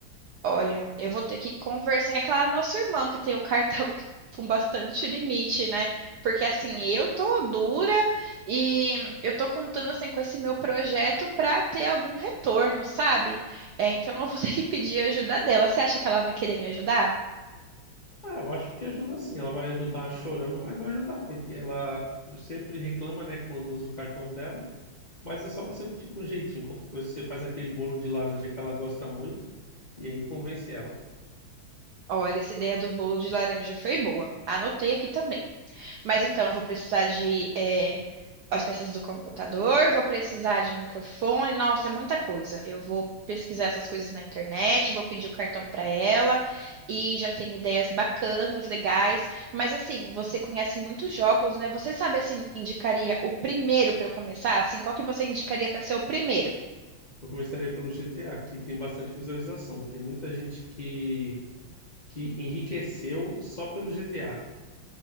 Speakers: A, on the right; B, on the left.
A: Olha, eu vou ter que conversar com aquela nossa irmã que tem o cartão que- <laughs> com bastante limite, né? Porque assim, eu tô dura e eu tô contando assim com esse meu projeto pra ter algum retorno, sabe? É, então eu vou <laughs> ter que pedir ajuda dela. Você acha que ela vai querer me ajudar?
B: Ah, eu acho que ajuda sim. Ela vai ajudar chorando, mas vai ajudar, porque ela sempre reclama, né, quando usa o cartão dela. Mas é só você pedir com jeitinho. Qualquer coisa você faz aquele bolo de laranja que ela gosta muito e aí convence ela.
A: Olha, essa ideia do bolo de laranja foi boa. Anotei aqui também. Mas então, eu vou precisar de eh, as peças do computador, vou precisar de microfone. Nossa, é muita coisa. Eu vou pesquisar essas coisas na internet, vou pedir o cartão para ela e já tenho ideias bacanas, legais. Mas assim, você conhece muitos jogos, né? Você sabe assim, indicaria o primeiro para eu começar? Assim, qual que você indicaria para ser o primeiro?
B: Eu começaria pelo GTA, que tem bastante visualização. Tem muita gente que que enriqueceu só pelo GTA.